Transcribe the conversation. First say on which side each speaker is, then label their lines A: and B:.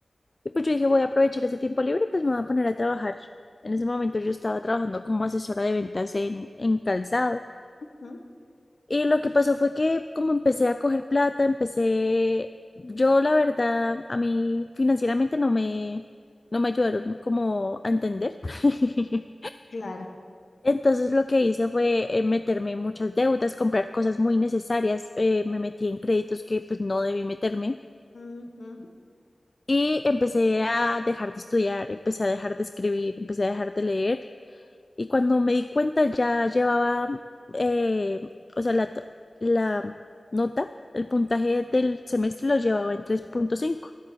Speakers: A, on the left; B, on the left.
A: Y pues yo dije, voy a aprovechar ese tiempo libre, pues me voy a poner a trabajar. En ese momento yo estaba trabajando como asesora de ventas en, en calzado.
B: <laughs> Ujú,
A: Y lo que pasó fue que como empecé a coger plata, empecé, yo la verdad, a mí financieramente no me, no me ayudaron como a entender. <laughs>
B: Claro.
A: Entonces lo que hice fue eh, meterme en muchas deudas, comprar cosas muy necesarias, eh, me metí en créditos que pues no debí meterme
B: ujú,
A: Y empecé a dejar de estudiar, empecé a dejar de escribir, empecé a dejar de leer. Y cuando me di cuenta ya llevaba, eh, o sea, la, to- la nota, el puntaje del semestre lo llevaba en tres punto cinco